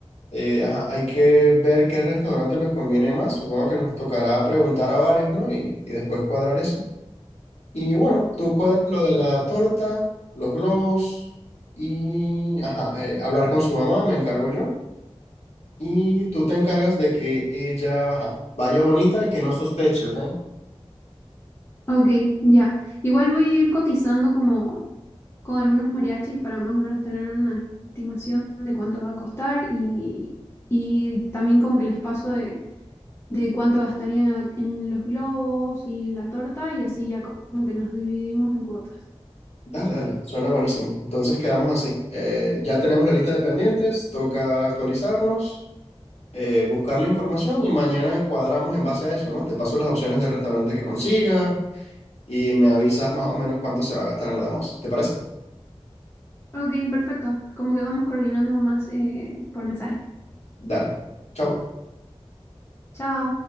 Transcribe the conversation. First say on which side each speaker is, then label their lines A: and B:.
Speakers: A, on the left (about 80°); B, on the left (about 25°).
A: Eh, ajá, hay que ver qué restaurante nos conviene más. Supongo que nos tocará preguntar a varios, ¿no? Y, y después cuadrar eso. Y bueno, tú cuadras lo de la torta, los globos y, ajá, eh, hablar con su mamá, me encargo yo. Y tú te encargas de que ella, ajá, vaya bonita y que no sospeche, ¿ok?
B: Ok, ya. Igual voy a ir cotizando como con algunos mariachis para más o menos tener una estimación de cuánto va a costar y, y también como que les paso de, de cuánto gastaría en los globos y la torta y así ya como que nos dividimos en cuotas.
A: Dale, dale, suena buenísimo. Entonces quedamos así. Eh, ya tenemos la lista de pendientes, toca actualizarnos, eh, buscar la información y mañana cuadramos en base a eso, ¿no? Te paso las opciones de restaurante que consiga y me avisas más o menos cuánto se va a gastar en lo demás. ¿Te parece?
B: Ok, perfecto. Como que vamos coordinando más eh, por mensaje.
A: Dale. Chao.
B: Chao.